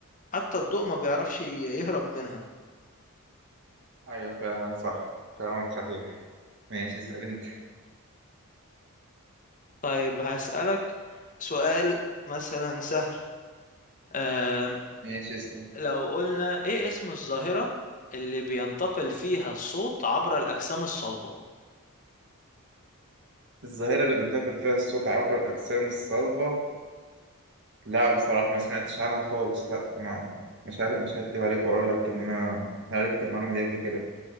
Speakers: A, on the left; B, on the right.
A: حتى الضوء ما بيعرفش يهرب منها
B: ايوه فعلا صح كلامك صحيح ماشي اسال انت
A: طيب هسألك سؤال مثلا سهل أم
B: ماشي اسال
A: لو قلنا إيه اسم الظاهرة اللي بينتقل فيها الصوت عبر الأجسام الصلبة
B: الظاهره اللي بينتقل فيها الصوت عبر الاجسام الصلبه لا بصراحه ما سمعتش عنها خالص لا ما مش عارف مش هكدب عليك واقول لك ان انا عرفت المعلومه دي قبل كده